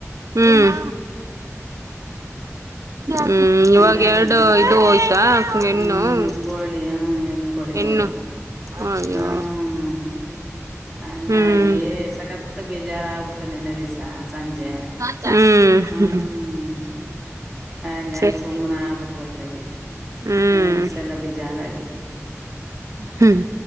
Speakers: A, on the right; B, in the centre.
A: ಹ್ಮ್ ಹ್ಮ್
B: ಹಂಗಾಗಿ
A: ಇವಾಗ ಎರಡು ಇದು ಹೋಯ್ತಾ ಹೆಣ್ಣು
B: ಹ್ಮ್ ಕೋಳಿ ಹೆ ಕೊಳ್ಳಿ
A: ಹೆಣ್ಣು
B: ಹೋತು
A: ಅಯ್ಯೋ
B: ಹ್ಮ ಹಂಗಾಗಿ
A: ಹ್ಮ್
B: ಸಖತ್ ಬೇಜಾರ ಆಗ್ಬಿಡ್ತೆ ನೆನ್ನೆ ದಿವ್ಸ ಸಂಜೆ
A: ಹ್ಮ್
B: ಹ್ಮ ಹಂಗಾಗಿ
A: ಸರಿ
B: ಸುಮ್ನೆ ಆಗ್ಬಿಟೂ ಆ ತೆ ಲೆಗೆ
A: ಹ್ಮ್
B: ನೆನೆದಿದೆಸೆಲ್ಲ ಬೇಜಾರಾಗಿ
A: ಹ್ಮ್